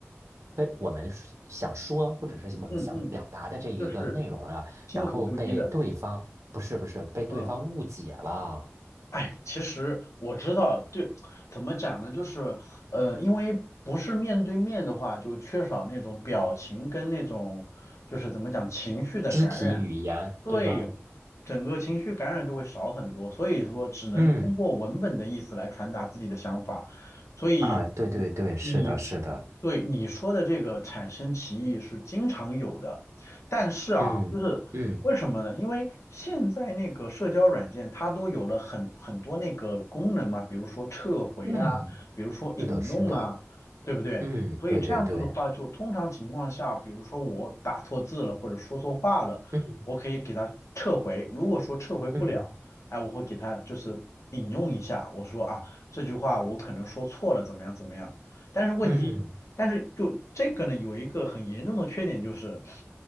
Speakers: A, on the right; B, on the left.
A: 被我们是想说或者是我们想表达的这一个内容啊，
B: 嗯嗯，就是心口不一的，
A: 然后被对方，不是不是，被对方误解了，
B: 嗯。哎，其实我知道，对，怎么讲呢？就是，呃，因为不是面对面的话，就缺少那种表情跟那种，就是怎么讲，情绪的感染。
A: 肢体语言，
B: 对，
A: 对吗？
B: 整个情绪感染就会少很多，所以说只能通过文本的意思来传达自己的想法。
A: 嗯。
B: 所以你你
A: 啊，对对对，是的，是的，
B: 对你说的这个产生歧义是经常有的，但是啊，
A: 嗯嗯
B: 就是为什么呢？因为现在那个社交软件它都有了很很多那个功能嘛，比如说撤回啊，
A: 嗯，
B: 比如说引用啊，
A: 是的，是的，
B: 对不对？
A: 嗯，
B: 所以这样子的话，
A: 对对对。
B: 就通常情况下，比如说我打错字了或者说错话了，
A: 嗯
B: 我可以给它撤回。如果说撤回不了，
A: 嗯
B: 哎，我会给它就是引用一下，我说啊这句话我可能说错了，怎么样怎么样。但是问题但是就这个呢，
A: 嗯，
B: 有一个很严重的缺点就是，